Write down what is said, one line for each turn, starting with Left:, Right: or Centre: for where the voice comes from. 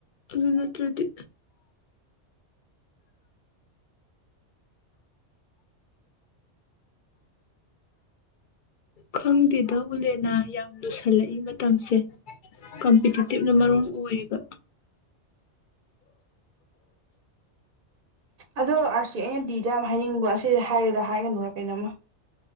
Left: ꯑꯗꯨ ꯅꯠꯇ꯭ꯔꯗꯤ ꯈꯪꯗꯦꯗ ꯎꯂꯦꯟꯅꯥ ꯌꯥꯝ ꯂꯨꯁꯜꯂꯛꯏ ꯃꯇꯝꯁꯦ ꯀꯝꯄꯤꯇꯤꯇꯤꯞꯅ ꯃꯔꯣꯟ ꯑꯣꯏꯔꯤꯕ
Right: ꯑꯗꯣ ꯑꯥꯔꯁꯤ ꯑꯦꯟ ꯗꯤꯗ ꯌꯥꯝ ꯍꯥꯏꯅꯤꯡꯕ ꯑꯁꯤꯁꯦ ꯍꯥꯏꯔꯤꯔꯥ ꯍꯥꯏꯒꯅꯨꯔꯥ ꯀꯩꯅꯣꯃ